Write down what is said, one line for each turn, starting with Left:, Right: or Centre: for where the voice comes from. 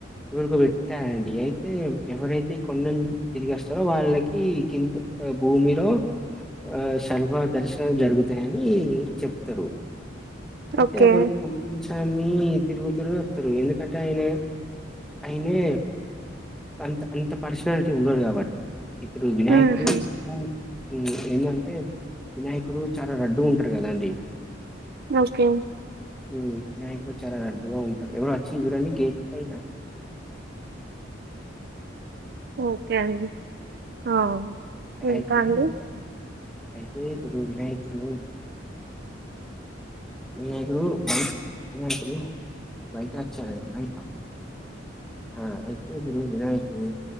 Centre: ఎవరికో బేట్టారండి అయితే ఎవరైతే ఈ కొండనీ తిరిగి వస్తారో వాళ్ళకి కింద భూమిలో ఆ సర్వదర్శనాలు జరుగుతాయని చెప్తారు అయితే
Right: ఓకే
Centre: అప్పుడు <inaudible> స్వామి తిరుగుతరు వత్తరు ఎందుకంటే ఆయన ఆయనే అంత అంత పర్సనాలిటీ ఉండడు కాబట్టి ఇప్పుడు వినాయకుడు
Right: మ్మ్హ.
Centre: ఉ ఎందంటే వినాయకుడు చాలా లడ్డుగా ఉంటారు కదా అండి
Right: ఓకే
Centre: ఊ వినాయకుడు చాలా లడ్డుగా ఉంటారు ఎవరో వచ్చింది చుడండి గేట్ పైనా
Right: <unintelligible> ఓకే అండి ఆ ఇంకా
Centre: అయితే
Right: అండి
Centre: అయితే ఇప్పుడు వినాయకుడు వినాయకుడు బయ వినాయకుడు బయట వచ్చాడండి బయట ఆ అయితే ఇప్పుడు వినాయకుడు